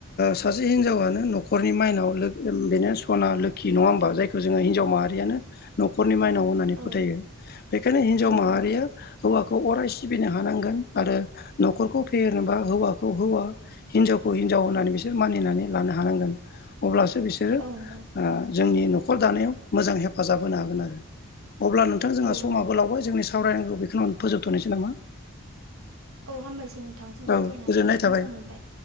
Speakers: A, on the left (about 45°); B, on the right (about 70°).
A: सासे हिनजावनो न'रनि माइनाव लोक ओ बेनो सना लोखि नङा होमबा जाय जो हिनजाव माहारियनो न'ख रनि माइनाव होननानै
B: औ
A: फोथायो। बेखायनो हिनजाव
B: औ
A: माहारिया
B: औ
A: हौवाखौ अराय स सिबिनो हानांगोन आरो न'खरखौ फेहेरनोबा हौवाखौ हौवा हिनजावखौ हिनजाव होननानै बिसोर मानिनानै लानो हानांगोन। अब्लासो बिसोरो
B: औ नंगौ
A: ओ जोंनि न'खर दानायाव मोजां हेफाजाब होनो हागोन आरो। अब्ला नोंथां जोंहा
B: औ
A: समाबो
B: नंगौ
A: लावबाय जोंनि सावरायनांगौ बेखौनो आं फोजोबथ'नोसै नामा?
B: औ हामबायसै नोंथांजों रायज्लायनानै
A: औ गोजोननाय थाबाय
B: मोजां मोनबाय।